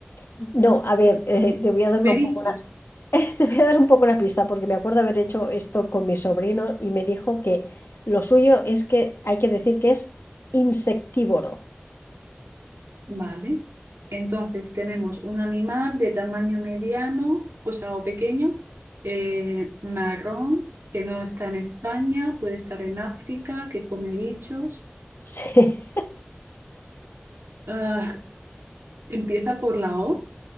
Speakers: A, on the left; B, on the right.
A: No, a ver, eh, te voy a dar
B: Mariscos.
A: una- un poco una, <laughs> te voy a dar un poco una pista porque me acuerdo haber hecho esto con mi sobrino y me dijo que lo suyo es que hay que decir que es insectívoro.
B: Vale. Entonces tenemos un animal de tamaño mediano, o sea, o pequeño, eh, marrón, que no está en España, puede estar en África, que come bichos.
A: Sí,
B: Ah, empieza por la O,